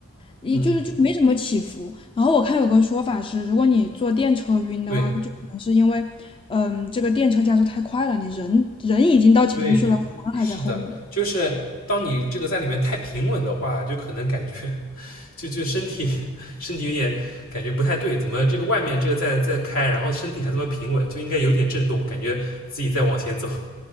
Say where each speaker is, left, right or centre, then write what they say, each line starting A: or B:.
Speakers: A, on the left (about 25°); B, on the left (about 70°).
A: 一就是就没什么起伏。
B: 嗯嗯，
A: 然后我看有个说法是，如果你坐电车晕的话，
B: 对。
A: 就可能是因为，嗯，这个电车加速太快了，你人人已经到前面去了，
B: 对对，
A: 魂儿还在后面。
B: 是的，就是当你这个在里面太平稳的话，就可能感觉 <laughs> 就就身体 <laughs> 身体有点感觉不太对，怎么这个外面这个在在开，然后身体还这么平稳，就应该有点震动，感觉自己在往前走。